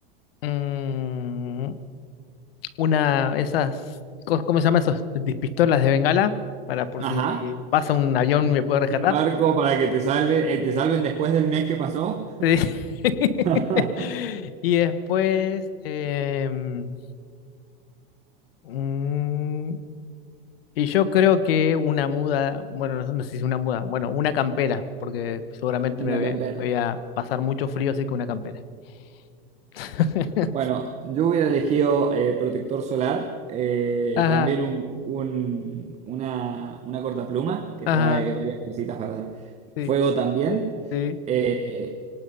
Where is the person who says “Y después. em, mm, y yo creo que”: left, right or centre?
Left